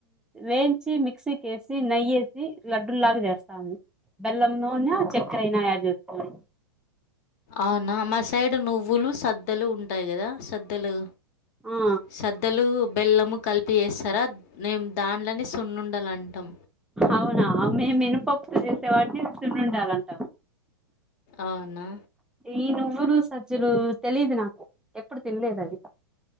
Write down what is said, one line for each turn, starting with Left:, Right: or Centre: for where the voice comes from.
Centre: వేయించి మిక్సీకేసి నెయ్యేసి లడ్డూలు లాగా చేస్తాన్ స్తాను బెల్లం నూనె చక్కర అయినా యాడ్ జెస్కోని
Left: ఔనా మా సైడ్ నువ్వులు సద్దలు ఉంటాయి గదా సద్దలు
Centre: ఆ
Left: స ద్దలు బెల్లము కలిపి వేస్తారా మేం దాన్లని సున్నుండల్ అంటాం
Centre: అవునా మేం మినప్పప్పు తో జేసేవాటిని సున్నుండాలు అంటా
Left: అవునా
Centre: ఈ నువ్వులు సజ్జలు తెలీదు నాకు ఎప్పుడు తినలేదు అది